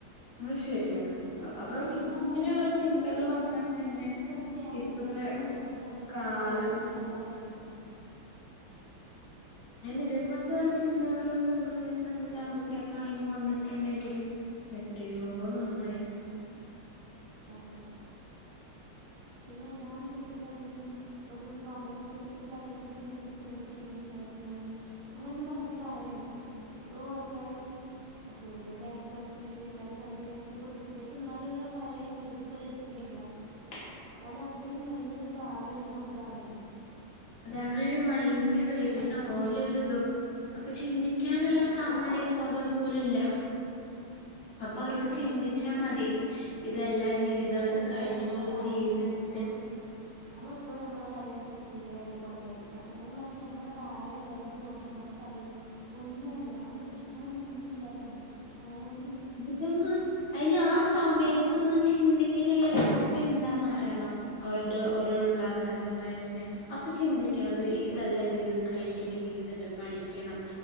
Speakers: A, on the left; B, on the right.
A: ആ ശരിയാണ്
B: സ്വന്തം
A: അത്
B: ജീവൻ
A: ഇങ്ങനെയുള്ള
B: കളഞ്ഞിട്ട്
A: ചിന്തകൾ വന്നാൽ തന്നെ
B: ഇത്ര സ്നേഹം
A: ഇപ്പത്തെ
B: ഉണ്ടായിനു എന്നുള്ളത് സ്വന്തം
A: കാലം
B: ജീവൻ- കളഞ്ഞിട്ട്ല്ലാം കാട്ടി കൊടുക്കണ്ടണ്ട്
A: ഇതേപലത്തെ ഓരോ ചിന്തകളും- പെൺകുട്ടിയൊക്കൊണെങ്കിൽ ആൺകുട്ടിയൊക്കാണെങ്കിലും വന്നിട്ടുണ്ടെങ്കില്- എത്രയോ നന്നായിരുന്നു
B: അതെ പിന്നെ എല്ലാം ചെയ്ത് കഴിഞ്ഞു ഒരു ഡട്രോമയിലേക്ക് എത്തി കഴിഞ്ഞിട്ട് പിന്നെ എനിക്കതൊന്നും ചെയ്യേണ്ടില്ല അല്ലെങ്ക അങ്ങനെൊന്നും പറഞ്ഞിട്ട് കാര്യല്ല എത്രോ ആൾക്കാര് സൂസൈഡ് അറാൻ ശ്രമിച്ചു പിന്നെ വീട്ടകത്ത് കണ്ട് രക്ഷപ്പെടുത്തി പക്ഷെ എന്നാലുംല്ല പഴയ ജീവിതത്തിൽ എത്ര- ഇല്ല
A: <inaudible>
B: ഓല അത്രയും നല്ലൊരു ഭാവി ഓല് കൊണ്ട് പറയണ്
A: അതെ അങ്ങനെരു മൈന്ഡ് വരുന്ന പോലെരു ഇതോ അപ്പൊ ചിന്തിക്ക- വക്കാനുള്ള
B: എത്രയോ
A: സാമാന്യ
B: ആൾക്കാർ
A: ബോധം പോലുംല്ല അപ്പൊ അവർക്ക്
B: ഓല്
A: ചിന്തിച്ചാ
B: നമുക്കെന്താ
A: മതി ഇതെല്ലാ ജീവിതവും
B: നമുക്ക്
A: ഇത്
B: എപ്പോഴും
A: കഴിഞ്ഞിട്ടരു
B: നമ്മളെ കാര്യമാണ്
A: ജീവിതംണ്ട്
B: എപ്പോഴും നമ്മളെപ്പോഴും നമ്മെ കയ- ക്ലിയരായിട്ട് കൊണ്ടടുക്കുക നേരെ മറിച്ച് നമ്മളെ താഴെ ഉള്ളരിത് നോക്കി നമ്മുടെ കാര്യ- ഒന്നുമല്ല നമ്മുടെ പ്രശ്നങ്ങളൊന്നും ഒന്നുമല്ല തോന്നും പക്ഷെ അങ്ങനെ നമ്മ-
A: ഇതൊന്ന അയിന് ആ സമയത്ത്
B: അത് മനസ്സി
A: ഇതൊന്നും ചിന്തിക്കുന്നില്ലല്ലോ അപ്പ എന്താ മാറണം അവർ ഓരോരുള്ള അഗാതമായ സ്നഹം അപ്പൊ ചിന്തിക്കണം അത് ഇതല്ല ജീവിത കഴി- മറ്റൊരു ജീവിതം ഉണ്ട് പഠിക്കണം